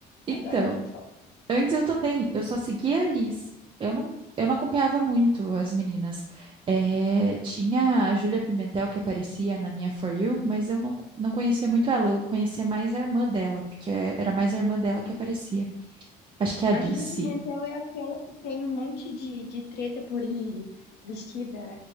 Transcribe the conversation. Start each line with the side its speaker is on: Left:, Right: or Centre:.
Right: Então.
Left: eu adoro uma fofoca.
Right: Antes eu também, eu só seguia a Liz. Eu não, eu não acompanhava muito as meninas. Eh, tinha a Júlia Pimentel que aparecia na minha For You, mas eu não, não conhecia muito ela. Eu conhecia mais a irmã dela, porque é- era mais a irmã dela que aparecia. Acho que é a
Left: A
Right: Alice.
Left: Júlia Pimentel é aquela que tem um monte de, de treta por ir vestida,